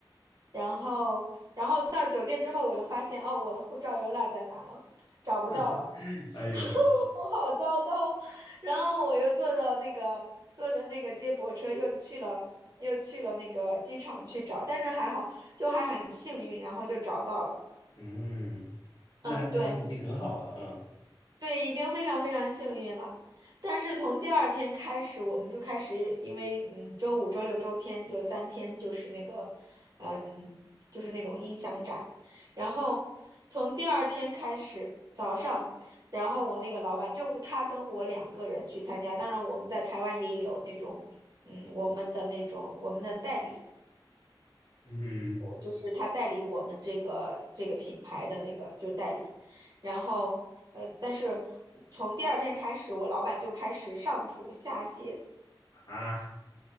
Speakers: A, on the right; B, on the left.
A: 然后然后到酒店之后，我又发现哦我的护照又落在哪儿了，找不到了。
B: 嗯，
A: <laughs>
B: <laughs> 哎呦喂，
A: 我好糟糕。然后我又坐到那个坐着那个接驳车，又去了又去了那个机场去找，但是还好，就还很幸运，然后就找到了。
B: 嗯，那那算已经很好了，
A: 嗯，对。对，已经非常非常幸运了。但是从第二天开始，我们就开始，因为嗯，周五、周六、周天就三天，就是那个，嗯，就是那种音响展。然后从第二天开始，早上，然后我那个老板就他跟我两个人去参加。当然，我们在台湾也有那种，嗯，我们的那种我们的代理。
B: 嗯嗯
A: 我就是他代理我们这个这个品牌的那个就代理，然后呃，但是从第二天开始，我老板就开始上吐下泻，
B: 哼，啊，